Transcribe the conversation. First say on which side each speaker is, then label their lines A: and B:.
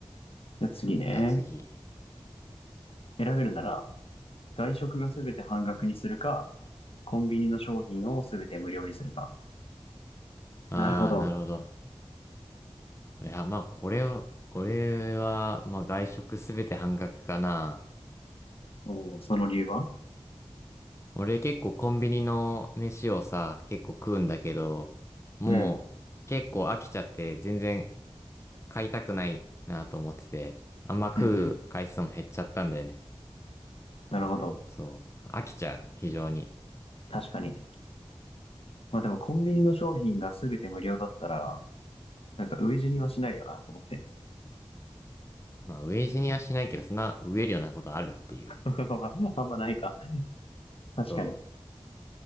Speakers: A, on the left; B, on the left.
A: じゃあ次ね。
B: じゃあ次。
A: 選べるなら、外食がすべて半額にするか、コンビニの商品をすべて無料にするか。
B: ああ、
A: なるほど。
B: なるほど。いや、まあ、これは、俺は、まあ、外食すべて半額かな。
A: おーその理由は
B: 俺結構コンビニの飯をさ、結構食うんだけど、もう結構飽きちゃって全然
A: うん。
B: 買いたくないなと思ってて、あんま食う回数も減っちゃったんだよね。
A: うんうん。なるほど。
B: そう、飽きちゃう、非常に。
A: 確かに。まあでもコンビニの商品が全て無料だったら、なんか飢え死にはしないよな、と思って。
B: まあ、飢え死にはしないけど、そんな飢えるようなことあるっていう。
A: <laughs> あんまないか。確かに。
B: そ